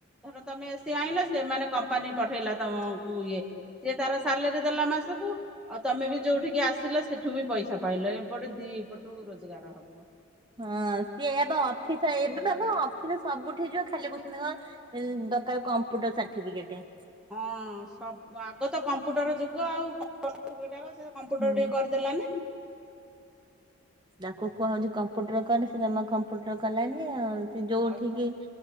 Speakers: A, in the centre; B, on the right.
A: ଧର ତମେ ସିଏ ଆଣିଲ ସେମାନେ କମ୍ପାନୀ ପଠେଇଲା ତମକୁ ଇଏ ସିଏ ତାର ସାଲେରୀ ଦେଲା ମାସକୁ ଆଉ ତମେ ବି ଯୋଉଠିକି ଆସିଲା ସେଠୁ ବି ପଇସା ପାଇଲ ଏପଟେ ଦି ଏପଟୁ ରୋଜଗାର ହବ।
B: ହଁ ସିଏବ ଅଫିସ ଏବେ ବାବା ଅଫିସ ସବୁଠି ଯିବ ଖାଲି କହୁଛନ୍ତି କଣ ଦରକାର କମ୍ପ୍ୟୁଟର ସାର୍ଟିଫିକେଟ।
A: ହଁ ସବୁ ଆଗ ତ କମ୍ପୁଟର ଯୁଗ ଆଉ। ସେଟାକ ସେ କମ୍ପ୍ୟୁଟର
B: ହୁଁ
A: ଟିକେ କରିଦେଲାନି।
B: ତାକୁ କୁହା ହଉଛି କମ୍ପୁଟର କର ସେ ଜମା କମ୍ପୁଟର କଲାନି ଅଉ। ଯୋଉଠିକି
A: ଆଉ